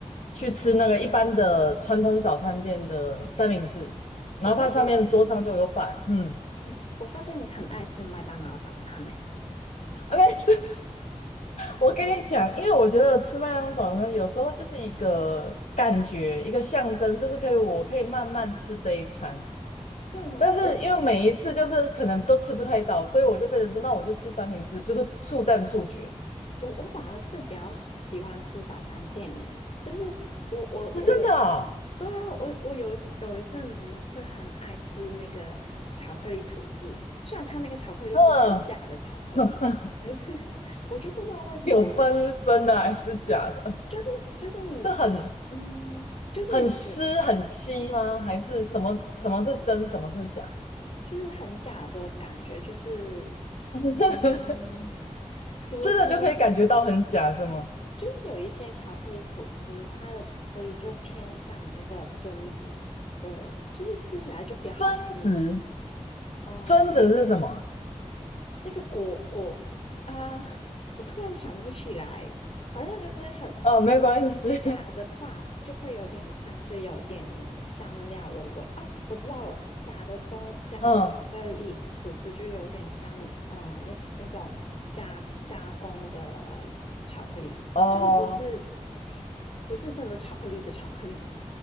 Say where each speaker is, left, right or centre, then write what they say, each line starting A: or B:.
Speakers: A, on the left; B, on the left.
A: 去吃那个一般的传统早餐店的三明治，然后它上面桌上就有摆，
B: 我发现，嗯
A: 嗯
B: 嗯，我发现你很爱吃麦当劳早餐诶，
A: ，OK，我跟你讲，因为我觉得吃麦当劳早餐有时候就是一个感觉，一个象征，就是可以我可以慢慢吃这一餐。
B: 是吗？
A: 但是因为每一次就是可能都吃不太到，
B: 我
A: 所以我就被人说，那我就吃三明治，就是速战速决。
B: 我我反而是比较喜欢吃早餐店呢，就是我我我有，
A: 不真的啊，
B: 对啊，我我有有一阵子是很爱吃那个巧克力吐司，虽然它那个巧克力是很假的巧克力，
A: 嗯，<laughs>
B: 可是 <laughs> 我就不知道为什么我那
A: 有分真的还是假的？
B: 就是就是你，
A: 是很
B: 嗯，就是你觉
A: 很湿很稀吗？还是什么什么是真，
B: 嗯。
A: 什么是假？
B: 就是很假的感觉，就是
A: <laughs>
B: 嗯，<laughs> 怎么怎么讲？
A: 吃的就可以感觉到很假是吗？
B: 就是有一些巧克力吐司，它的巧克力就偏向那个榛子的，就是吃起来就比较好吃。
A: 专职
B: 嗯、
A: 专职是什么啊
B: 那个果果啊、我突然想不起来，反正就是很
A: 哦，没有关系，<laughs>
B: 假的话，就会有点像是有点香料的味啊。我知道了，假的东假的巧克力吐司就有点像嗯，
A: 嗯，
B: 那那种加加工的巧克力，
A: 哦，
B: 就是不是甜不是真的巧克力的巧克力，